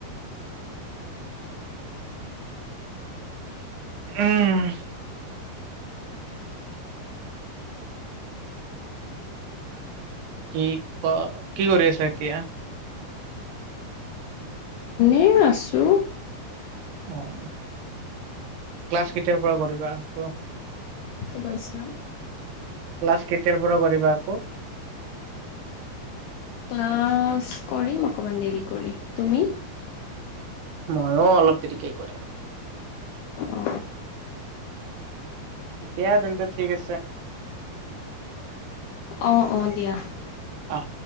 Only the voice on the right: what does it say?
উম। কি ক, কি কৰি আছা এতিয়া?
অঁ, ক্লাছ কেতিয়াৰ পৰা কৰিবা আকৌ?
ক্লাছ কেতিয়াৰ পৰাৰ কৰিবা আকৌ?
ময়ো অলপ দেৰিকে কৰিম।
দিয়া তেন্তে, ঠিক আছে।
আহ